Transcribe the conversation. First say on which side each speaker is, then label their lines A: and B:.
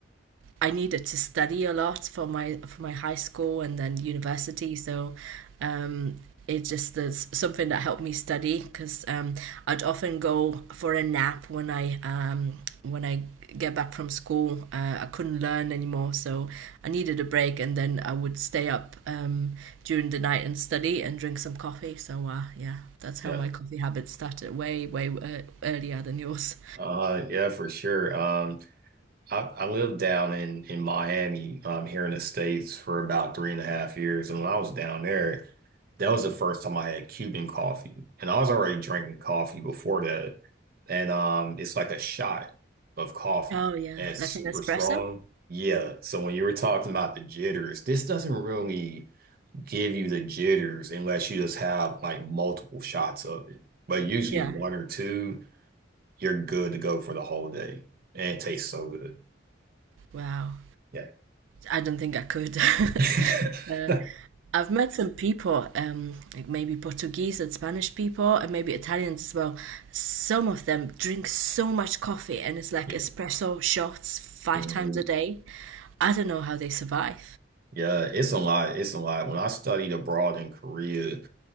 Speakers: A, on the right; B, on the right.
A: I needed to study a lot for my for my high school and then university. So um, it just is something that helped me study because um, I'd often go for a nap when I um, when I get back from school. Uh, I couldn't learn anymore, so I needed a break, and then I would stay up um, during the night and study and drink some coffee. So uh, yeah, that's how
B: Yeah.
A: my coffee habit started way way uh, earlier than yours.
B: Uh, yeah, for sure. Um, I, I lived down in in Miami, um, here in the States for about three and a half years, and when I was down there, that was the first time I had Cuban coffee, and I was already drinking coffee before that, and um, it's like a shot of coffee,
A: Oh yeah,
B: and it's
A: like
B: super
A: an espresso.
B: strong. Yeah, so when you were talking about the jitters, this doesn't really give you the jitters unless you just have like multiple shots of it, but usually
A: Yeah.
B: one or two, you're good to go for the whole day, and it tastes so good.
A: Wow.
B: Yeah.
A: I don't think I could.
B: <laughs>
A: <laughs> uh, I've met some people, um, like maybe Portuguese and Spanish people, and maybe Italians as well. Some of them drink so much coffee, and it's like
B: Yeah.
A: espresso shots five
B: Mhm.
A: times a day. I don't know how they survive.
B: Yeah, it's a lot. It's a lot. When I studied abroad in Korea,